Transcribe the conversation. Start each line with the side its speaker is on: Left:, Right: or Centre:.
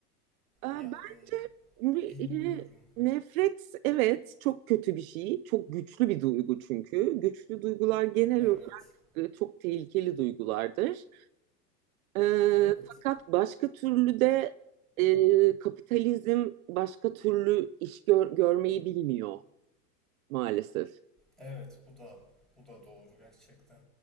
Right: Ee,
Centre: Yani
Right: bence e,
Centre: Bilmiyorum.
Right: nefret evet çok kötü bir şey. Çok güçlü bir duygu çünkü. Güçlü duygular genel
Centre: Evet.
Right: olarak e, çok tehlikeli duygulardır. Ee,
Centre: Evet.
Right: fakat başka türlü de e, kapitalizm başka türlü iş gör- görmeyi bilmiyor maalesef.
Centre: Evet bu da bu da doğru gerçekten.